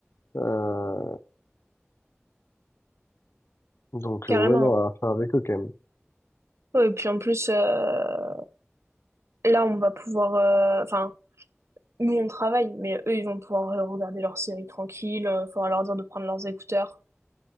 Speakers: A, on the left; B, on the right.
A: Euh, donc
B: carrément.
A: euh, ouais, non, à faire avec eux quand même.
B: Ouais, et puis en plus, euh, là, on va pouvoir... euh, Enfin, nous, on travaille, mais eux, ils vont pouvoir euh, regarder leur série tranquille. il faudra leur dire de prendre leurs écouteurs.